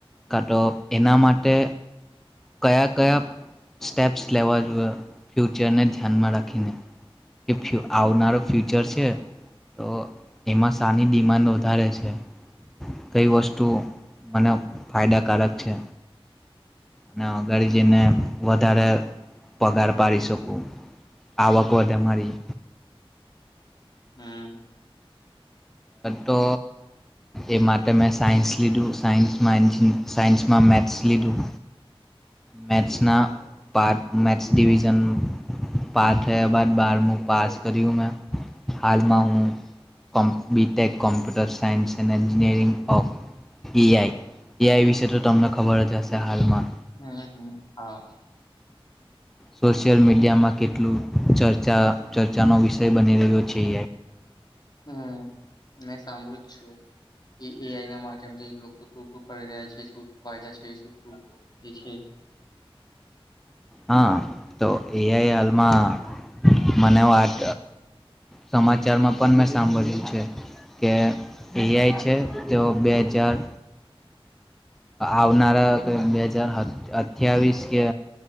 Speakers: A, in the centre; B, on the left.
A: કા તો એના માટે કયા કયા સ્ટેપ્સ લેવા જોઈએ ફ્યુચરને ધ્યાનમાં રાખીને કે આવનારો ફ્યુચર છે તો એમાં શાની ડિમાન્ડ વધારે છે કઈ વસ્તુ મને ફાયદાકારક છે અને અગરજીનને વધારે પગાર પાડી શકું આવક વધે મારી
B: હમ
A: તો એ માટે મેં સાયન્સ લીધું સાયન્સમાં સાયન્સમાં મેથ્સ લીધું મેથ્સ ના પાર્ટ મેથસ ડિવિઝન પાર્ટ હૈ બ બારમું પાસ કર્યું મેં હાલમાં હું કોમ્ B Tech computer science and engineering of AI AI વિશે તો તમને ખબર અજશે હાલમાં
B: હમ હા
A: સોશિયલ મીડિયામાં કેટલું ચર્ચાનો વિષય બની રહ્યો છે
B: હમ મેં સાંભળ્યું જ છું કે એ આઈના મામથી લોકો શ કરી રહ્યા છે શ ફાયદા છે શુંું એ છે
A: હા તો એઆઈ હાલમાં મને વાત સમાચારમાં પણ મેં સાંભળ્યું છે કે એઆઈ છે તે બે હજાર આવનારા બે હજાર અઠવીસ કે